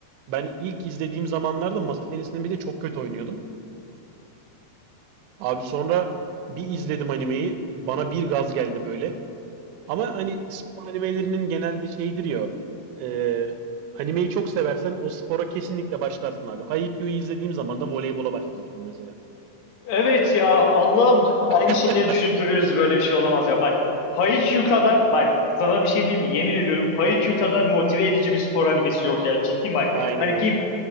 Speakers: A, on the right (about 90°); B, on the left (about 70°).
A: Ben ilk izlediğim zamanlarda masa tenisini bir de çok kötü oynuyordum. Abi sonra bir izledim animeyi. Bana bir gaz geldi böyle. Ama hani spor animelerinin genelde şeyidir ya. e, animeyi çok seversen o spora kesinlikle başlarsın abi. Haikyuu'yu izlediğim zaman da voleybola başlamıştım mesela.
B: Evet ya Allah'ım aynı
A: <laughs>
B: şeyleri düşünüp duruyoruz böyle bir şey olamaz ya bak Haikyuu kadar bak sana bir şey diyeyim mi yemin ediyorum Haikyuu kadar motive edici bir spor animesi yok ya ciddiyim bak
A: Aynen
B: hani
A: öyle.